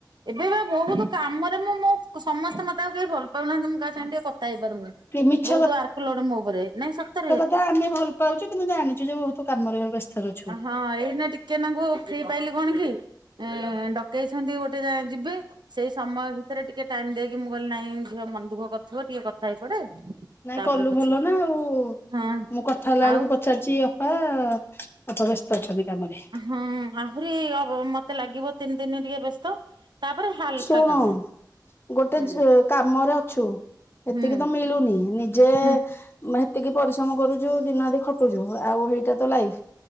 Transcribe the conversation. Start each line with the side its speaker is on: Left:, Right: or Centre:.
Right: ଏବେ ବା ବହୁତୁ କାମରେ ମୁଁ ମୋ କୁସ୍ ସମସ୍ତେ ମତେ ଆଉ କେହି ଭଲ ପାଉନାହାନ୍ତି ମୁଁ କାହା ସାଙ୍ଗେ ଟିକେ କଥ ଥା ହେଇପାରୁନି ବହୁତୁ
Left: କି ମିଛ
Right: ୱାର୍କ ଲୋଡ଼ ମୋ ଉପରେ ନାଇଁ ସତରେ।
Left: ତ ଆମେ ଭଲ ପାଉଚୁ କିନ୍ତୁ ଜାଣିଚୁ ଯେ ବହୁତୁ କାମରେ ବ୍ୟସ୍ତ ରହୁ
Right: ଅ ହଁ ଏଇନେ ଟିକେ ନାଙ୍ଗୁ ଫ୍ରି ପାଇଲିି କଣ କି? ଏଁ ଏଁ ଏଁ ଡ଼କେଇଛନ୍ତି ଗୋଟେ ଜାଗା ଯିବି। ସେଇ ସମୟ ଭିତେରେ ଟିକେ ଟାଇମ୍ ଦେଇକି ମୁଁ କହିଲିି ନାଇଁ ଝିଅ ମନ ଦୁଃଖ କରୁଥୁବ ଟିକେ କଥା ହେଇ ପଡେ
Left: ନାଇଁ
Right: ତାପରେ
Left: କଲୁ
Right: ପଛେ
Left: ଭଲ ନା ଆଉ
Right: ହଁ
Left: ମୁଁ କଥା ହେଲା
Right: ଆଉ
Left: ବେଳକୁ ପଚାରିଚି ଅପା ଆ ଆ ଆ ଅପା ବ୍ୟସ୍ତ ଅଛନ୍ତି କାମରେ।
Right: ହଁ ଆହୁରି ଅବ ମତେ ଲାଗିବ ତିନି ଦିନି ଟିକେ ବ୍ୟସ୍ତ। ହଲକା
Left: ଶୁଣୁ
Right: କାମ
Left: ଗୋଟେ
Right: ହୁଁ
Left: ଯ କାମରେ ଅଛୁ
Right: ହୁଁ
Left: ଏତିକି ତ ମିଳୁନି ନିଜେ ଏ
Right: ହୁଁ
Left: ଏ ମେ ହେତିକି ପରିଶ୍ରମ କରୁଚୁ ଦିନ ରାତି ଖଟୁଚୁ ଆଉ ହେଇଟା ତ ଲାଇଫ୍।